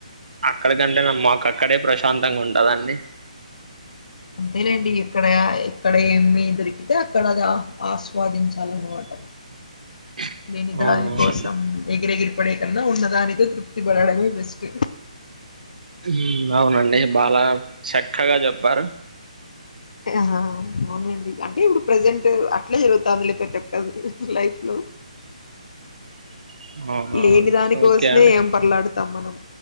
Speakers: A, on the right; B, on the left.
A: అక్కడికంటే నా మాకు అక్కడే ప్రశ శాంతంగా ఉంటదండి.
B: అంతేలేండి ఎక్కడ ఎక్కడ ఏమి దొరికితే అక్కడ అది ఆహ్వా ఆస్వాదించాల అన్నమాట
A: <inaudible>
B: లేని
A: అవునవునండి
B: దాని కోసం ఎగిరెగిరి పడేకన్నా ఉన్నదానికె తృప్తి పడడమే బెస్ట్
A: మ్ అవునండి బాల చక్కగా చెప్పారు.
B: ఆ అవునండి అంటే ఇప్పుడు ప్రజెంట్ అట్లా జరుగుతాంది లే పెద్ద కదు లైఫ్ లో
A: <inaudible> అవునవునండి
B: లేని దానికోసమే
A: ఓకే అండి
B: ఏం పర్లాడుతాం మనం